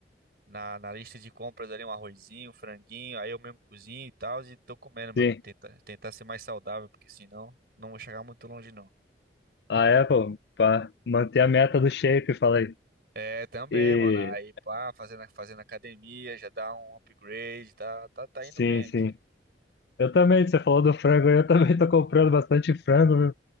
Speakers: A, on the right; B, on the left.
A: na, na lista de compras ali um arrozinho, um franguinho, aí eu mesmo cozinho e tal, e tô comendo, mano.
B: sim.
A: Tentar, tentar ser mais saudável, porque senão não vou chegar muito longe, não.
B: A Apple, pra manter a meta do shape, falei.
A: É, também,
B: E
A: mano. Aí, pá, fazendo, fazendo academia, já dá um upgrade, tá, tá, tá
B: sim,
A: indo bem
B: sim.
A: aqui.
B: Eu também, você falou do frango, eu também tô comprando bastante frango,